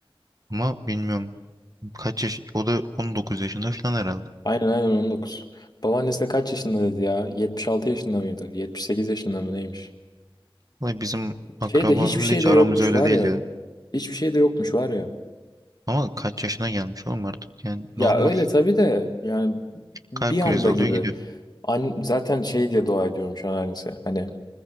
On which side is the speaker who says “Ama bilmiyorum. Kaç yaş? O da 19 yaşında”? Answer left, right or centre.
Right